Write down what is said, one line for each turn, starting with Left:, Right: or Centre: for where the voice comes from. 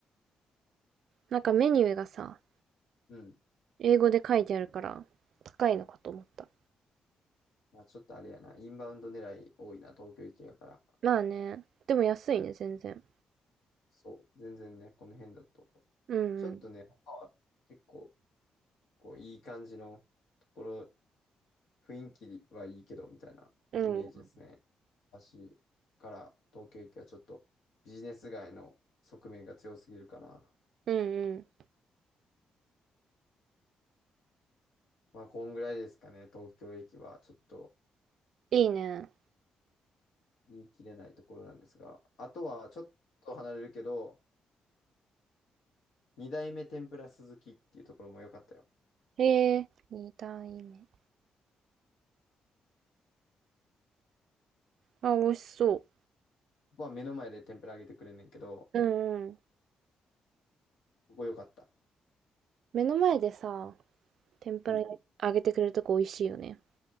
Right: なんかメニューがさ、
Left: うん。
Right: 英語で書いてあるから、高いのかと思った。
Left: まあ、ちょっとあれやな。インバウンド狙い多いな、東京行きやから。
Right: まあね。でも安いね、全然。
Left: そう。全然ね、この辺だと。
Right: うん
Left: ちょっとね、他は結構、こう、いい感じのところ雰囲気はいいけど、みたいなイメージですね。
Right: うん。うん。
Left: 私から東京駅はちょっとビジネス街の側面が強すぎるかな。
Right: うんうん。
Left: まあ、こんぐらいですかね、東京駅は。ちょっと
Right: いいね。
Left: 言い切れないところなんですが。あとは、ちょっと離れるけど、二代目天ぷら鈴木っていうところも良かったよ。こ
Right: ええ二段いめあ、美味しそ
Left: こは目の前で天ぷら揚げてくれんねんけど、
Right: う。うんうん。
Left: ここ良かった。
Right: 目の前でさ、天ぷら揚げてくれるとこ美味しいよね。
Left: うん、